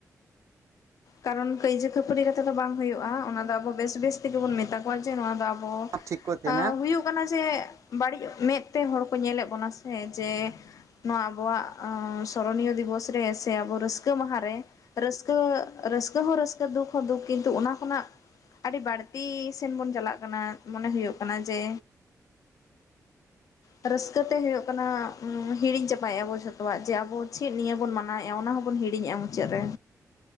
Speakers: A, on the left; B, on the right.
A: ᱠᱟᱨᱚᱱ ᱠᱟᱹᱭᱡᱟᱹ ᱠᱷᱟᱹᱯᱟᱹᱨᱤ ᱠᱟᱛᱮ ᱫᱚ ᱵᱟᱝ ᱦᱩᱭᱩᱜᱼᱟ᱾ ᱚᱱᱟ ᱫᱚ ᱟᱵᱚ ᱵᱮᱹᱥ ᱵᱮᱹᱥ ᱛᱮᱜᱮ ᱵᱚᱱ ᱢᱮᱛᱟ ᱠᱚᱣᱟ ᱡᱮ ᱱᱚᱣᱟ ᱫᱚ ᱟᱵᱚ
B: ᱴᱷᱤᱠ ᱠᱚ ᱛᱟᱦᱮᱱᱟ
A: ᱟᱸ ᱦᱩᱭᱩᱜ ᱠᱟᱱᱟ ᱡᱮ ᱵᱟᱹᱲᱤᱡ ᱢᱮᱫ ᱛᱮ ᱦᱚᱲ ᱠᱚ ᱧᱮᱞᱮᱫ ᱵᱚᱱᱟ ᱥᱮ ᱡᱮ ᱱᱚᱣᱟ ᱟᱵᱚᱣᱟᱜ ᱥᱚᱨᱚᱱᱤᱭᱚ ᱫᱤᱵᱚᱥ ᱨᱮ ᱥᱮ ᱟᱵᱚ ᱨᱟᱹᱥᱠᱟᱹ ᱢᱟᱦᱟ ᱨᱮ, ᱨᱟᱹᱥᱠᱟᱹ ᱨᱟᱹᱥᱠᱟᱹ ᱦᱚᱸ ᱨᱟᱹᱥᱠᱟᱹ, ᱫᱩᱠ ᱦᱚᱸ ᱫᱩᱠ ᱠᱤᱱᱛᱩ ᱚᱱᱟ ᱠᱷᱚᱱᱟᱜ ᱟᱹᱰᱤ ᱵᱟᱹᱲᱛᱤ ᱥᱮᱱ ᱵᱚᱱ ᱪᱟᱞᱟᱜ ᱠᱟᱱᱟ, ᱢᱚᱱᱮ ᱦᱩᱭᱩᱜ ᱠᱟᱱᱟ ᱡᱮ
B: <inaudible>
A: ᱨᱟᱹᱥᱠᱟᱹ ᱛᱮ ᱦᱩᱭᱩᱜ ᱠᱟᱱᱟ ᱦᱤᱲᱤᱧ ᱪᱟᱵᱟᱭᱮᱜᱼᱟ ᱵᱚ ᱡᱷᱚᱛᱚᱣᱟᱜ ᱡᱮ ᱟᱵᱚ ᱪᱮᱫ ᱱᱤᱭᱟᱹ ᱵᱚᱱ ᱢᱟᱱᱟᱣᱮᱜᱼᱟ ᱚᱱᱟ ᱦᱚᱸ ᱵᱚᱱ ᱦᱤᱲᱤᱧᱮᱜᱼᱟ ᱢᱩᱪᱟᱹᱫ ᱨᱮ᱾